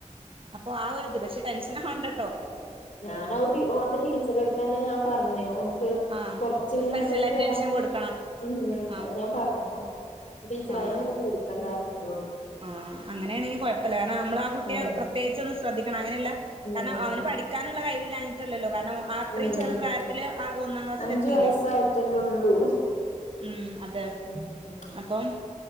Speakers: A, on the right (about 45°); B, on the left (about 85°).
A: അപ്പൊ ആ ഒരു ഇത് പക്ഷെ ടെൻഷനാവണ്ടട്ടോ.
B: ഞാന് അവ് ടി ഓന്റെ ടീച്ചറടുത്തന്നെ ഞാൻ പറഞ് ഓൻക്ക്
A: ആഹ്
B: കൊറച്ചങ്ങനെ
A: സ്പെഷ്യൽ
B: മണ്ടിക്കേറാന്
A: അറ്റൻഷൻ കൊടുക്കണം
B: <unintelligible>
A: ആഹ്
B: അയ്ഞാൻ പറഞ്ക്കുണ്. ടീച്ചർ
A: ആഹ്
B: അയിനൊന്നും പേടിക്കണ്ടാറഞ്ഞന്നോട്.
A: ആഹ് അങ്ങനെണെങ്കി കുഴപ്പല്ല കാരണം അമ്മൾ ആ കുട്ടിയെ
B: ഉം
A: പ്രത്യേകിചൊന്നും ശ്രദ്ധിക്കണം അങ്ങനെയല്ല
B: ഉം
A: കാരണം അവന് പഠി ക്കാനുള്ള ധൈര്യം ഇല്ലാഞ്ഞിട്ടല്ലല്ലോ കാരണം അത്രയും
B: ഉം
A: ചെറു പ്രായത്തില് ആ ഒന്നാം ക്ലാസ്സൽ
B: അഞ്ചു
A: എത്തില്ലേ.
B: വയസ്സായിട്ടല്ലേ ഉള്ളൂ
A: ഉം അതെ
B: ഉം
A: അപ്പം